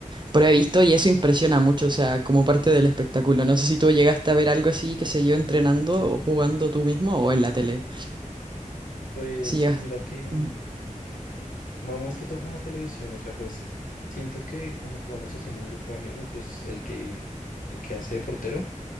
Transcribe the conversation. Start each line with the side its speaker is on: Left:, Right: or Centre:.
Right: Pero he visto y eso impresiona mucho, o sea, como parte del espectáculo. No sé si tú llegaste a ver algo así, que se yo, entrenando o jugando tú mismo o en la tele.
Left: Pues
Right: Si llegas.
Left: mira que,
Right: Ujú.
Left: mm, ma- más que todo con la televisión, o sea, pues siento que cuando jugamos así en un grupo de amigos, pues el que, el que hace de portero